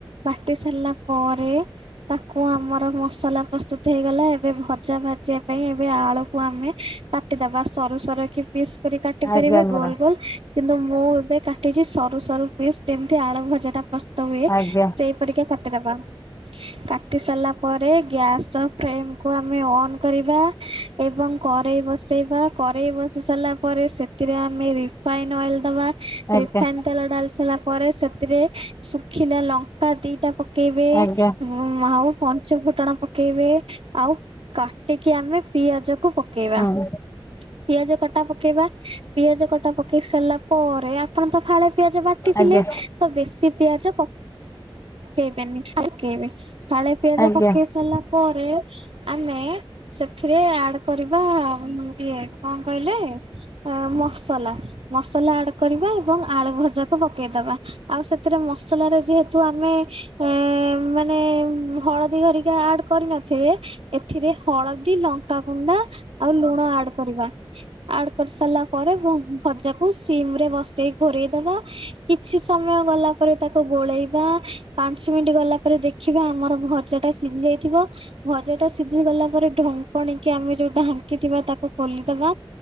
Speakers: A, on the right (about 90°); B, on the left (about 30°).
A: ବାଟି ସାରିଲା ପରେ ତାକୁ ଆମର ମସଲା ପ୍ରସ୍ତୁତ ହେଇଗଲା ଏବେ ଭଜା ଭାଜିବା ପାଇଁ ଏବେ ଆଳୁକୁ ଆମେ କାଟିଦବା ସରୁ ସରୁ କି ପିସ୍ କରି କାଟି
B: ଆଜ୍ଞା
A: ପାରିବେ
B: ମ୍ୟାଡ଼ାମ
A: ଗୋଲ ଗୋଲ। କିନ୍ତୁ ମୁଁ ଏବେ କାଟିଛି ସରୁ ସରୁ ପିସ୍ ଯେମିତି ଆଳୁ ଭଜା ଟା ପ୍ରସ୍ତୁତ ହୁଏ
B: ଆଜ୍ଞା
A: ସେ ପରିକା କାଟିଦବା କାଟି ସାରିଲା ପରେ ଗ୍ୟାସ୍ଅ ଫ୍ରେମ୍ କୁ ଆମେ ଅନ୍ କରିବା ଏବଂ କରେଇ ବସେଇବା କରେଇ ବସି ସାରିଲା ପରେ ସେଥିରେ ଆମେ ରି ଫାଇନ ଅଏଲ ଦବା
B: ଆଜ୍ଞା
A: ରିଫାଇନ ତେଲ ଡାଳି ସାଇଲା ପରେ ସେତିରେ ଶୁଖିଲା ଲଙ୍କା ଦିଟା ପକେଇବେ
B: ଆଜ୍ଞା।
A: ଉଁ ଆଉ ପଞ୍ଚ ଫୁଟଣ ପକେଇବେ ଆଉ କାଟିକି ଆମେ ପିଆଜ କୁ ପ କେବା
B: ହୁଁ
A: ପିଆଜ କଟା ପକେଇବା ପିଆଜ କଟା ପକେଇ ସାରିଲା ପରେ ଆପଣ ତ ଫାଳେ ପିଆଜ ବାଟିଥିଲେ
B: ଆଜ୍ଞା
A: ତ ବେଶୀ ପିଆଜ ପ ପକେଇବେନି ଫାଳେ ପକେଇବେ ଫାଳେ ପିଆଜ
B: ଆଜ୍ଞା
A: ପକେଇ ସାରିଲା ପରେ ଆମେ ସେଥିରେ ଆଡ କରିବା ଇଏ କଣ କହିଲେ? ଏ ମସଲା ମସଲା ଆଡ କରିବା ଏବଂ ଆଳୁ ଭଜାକୁ ପକେଇଦବା। ଆଉ ସେତିରେ ମସଲା ର ଯେହେ ତୁମେ ଏ ମାନେ ଉଁ ହଳଦୀ ହେରିକା ଆଡ କରିନଥିବେ। ଏଥିରେ ହଳଦୀ, ଲଙ୍କା କୁଣ୍ଡା ଆଉ ଲୁଣ ଆଡ କରିବା। ଆଡ କରି ସାରିଲା ପରେ ବମ୍ ଭଜାକୁ ସିମ୍ ରେ ବସେଇ ଘୋରେଇ ଦବା। କିଛି ସମୟ ଗଲା ପରେ ତାକୁ ଗୋଳେଇ ବା ପାଞ୍ଚ ମିଣ୍ଟି ଗଲା ପରେ ଦେଖିବା ଆମର ଭଜା ଟା ସିଜି ଯାଇଥିବ ଭ ଜା ଟା ସିଝି ଗଲା ପରେ ଢଙ୍କଣିକି ଆମେ ଯୋଉ ଢାଙ୍କି ଥିବା ତାକୁ ଖୋଲିଦବା